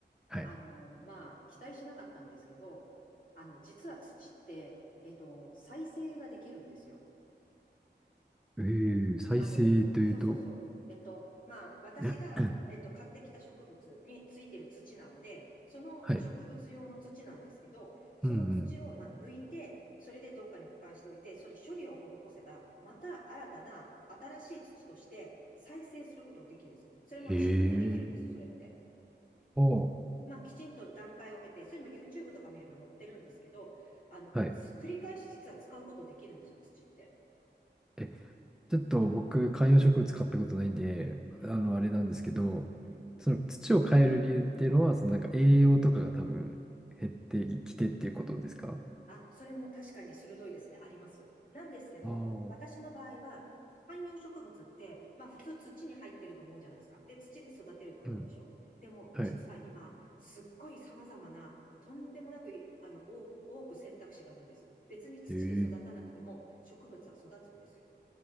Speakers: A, in the centre; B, on the left (about 50°).
A: うんはい。
B: あの、まあ、期待しなかったんですけど、あの、実は土って、えっと、再生ができるんですよ。
A: えー、再生というと、
B: あの、そうそうそう。えっと、まあ、
A: <clears throat>
B: 私が、えっと、買ってきた植物についてる土なので、その植物用の土なんですけど、
A: はい。
B: その土を、
A: うんうん。
B: まあ、抜いて、それでどっかに保管しておいて、それ処理を施せば、また新たな新しい土として再生することができるんです。それも自分でできるんです、
A: へえ。
B: それって。
A: おー
B: まあ、きちんと段階を経て、それも YouTube とか見れば載ってるんですけど、あの、
A: はい。
B: す繰り返し実は使うことできるんですよ、土って。
A: え、ちょっと僕、観葉植物買ったことないんで、
B: うん。
A: あの、あれなんですけど、
B: うん。
A: その土を変える理由っていうのは、そのなんか栄養とかが多分減ってきてっていうことですか
B: あ、それも確かに鋭いですね。あります。なんですけど、
A: ああー、
B: 私の場合は、観葉植物って、まあ普通土に入ってると思うじゃないですか。で、土で育てると思うでしょ。
A: うん。
B: でも、
A: はい。
B: 実は今、すっごい様々な、とんでもなくい、あの、多多く選択肢があるんです。別に土で育たなくても、
A: ええ。
B: 植物は育つんですよ。